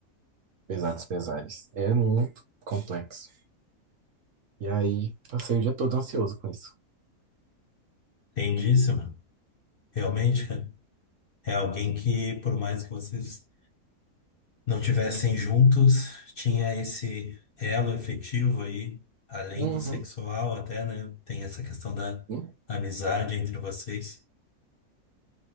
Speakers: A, on the right (about 65°); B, on the left (about 45°).
A: pesados pesares. É muito complexo. E aí, passei o dia todo ansioso com isso.
B: Entendíssimo. Realmente, cara, é alguém que, por mais que vocês não tivessem juntos, tinha esse elo efetivo aí, além
A: Uhum,
B: do sexual até, né? Tem essa questão da
A: uhum.
B: amizade entre vocês.